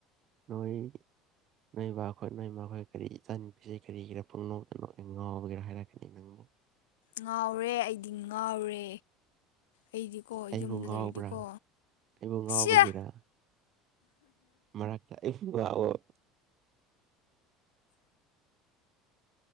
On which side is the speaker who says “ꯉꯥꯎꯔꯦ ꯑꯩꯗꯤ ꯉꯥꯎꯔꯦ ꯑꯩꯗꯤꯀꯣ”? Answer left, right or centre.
Left